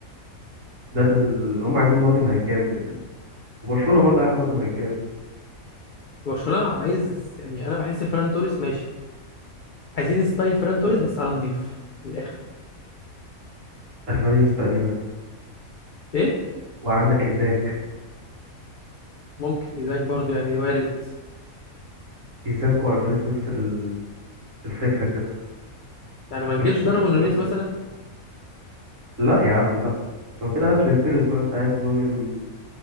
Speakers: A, on the right; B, on the left.
A: ده اللي هم عايزين مهاجم هجام كده وبرشلونة برضه عايز مهاجم هجام
B: برشلونه عايز يعني انا بحس فران توريس ماشي عايزين ستايل فران توريس
A: بس
B: بس على نضيف من الاخر
A: الفاريز تقريبا
B: ايه
A: وعندك إيزاك
B: ممكن ايزاك برضو يعني وارد
A: إيزاك والفاريز نفس ال- الفكرة كده
B: يعني ما نجيبش
A: نفس
B: داروين
A: فكرة الكلام
B: نونيز
A: ده
B: مثلا
A: لا يا عم لا هو كده هات جايوكيريس بقى انت عايز مهاجم